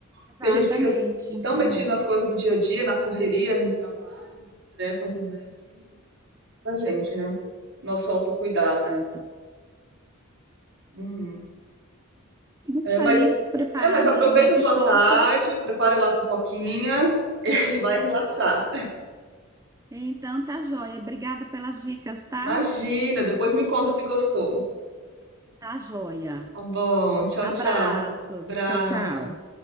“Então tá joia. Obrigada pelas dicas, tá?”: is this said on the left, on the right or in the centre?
Right